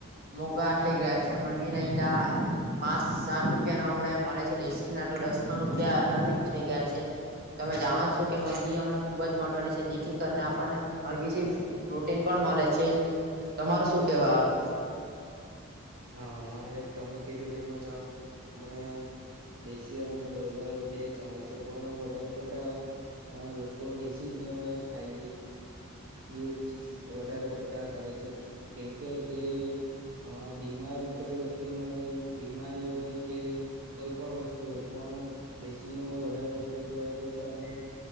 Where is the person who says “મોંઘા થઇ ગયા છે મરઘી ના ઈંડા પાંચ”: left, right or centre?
Right